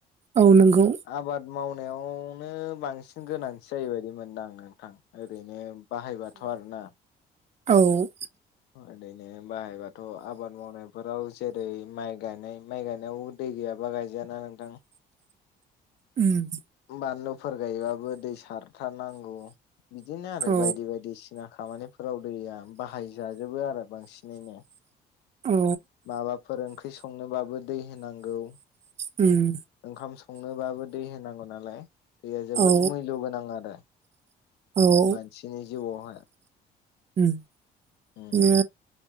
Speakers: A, on the right; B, on the left.
A: औ नोंगौ
B: आबाद मावनायावनो बांसिन गोनांथि जायो बायदि मोनदां नोंथां ओरैनो बाहायबाथ' आरो ना
A: औ
B: ओरैनो बाहायबाथ' आबाद मावनायफोराव जेरै माइ गायनाय माइ गायनायाव दै गैयाबा गायजायाना नोंथां
A: उम
B: बानलुफोर गायबाबो दै सारथारनांगौ बिदिनो आरो
A: औ
B: बायदि बायदि सिना खामानिफोराव दैया बाहाय जाजोबो आरो बांसिनैनो
A: औ
B: माबाफोर ओंख्रि संनोबाबो दै होनांगौ
A: उम
B: ओंखाम संनोबाबो दै होनांगौ नालाय दैया जोबोद
A: औ
B: मुल्य गोनां आरो
A: औ
B: मानसिनि जिउआवहाय
A: बि
B: उम